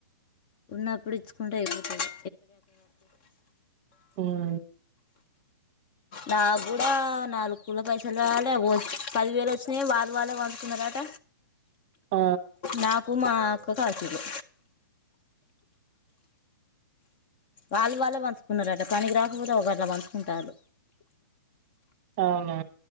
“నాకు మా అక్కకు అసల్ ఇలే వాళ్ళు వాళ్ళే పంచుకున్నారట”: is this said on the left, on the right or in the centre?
Left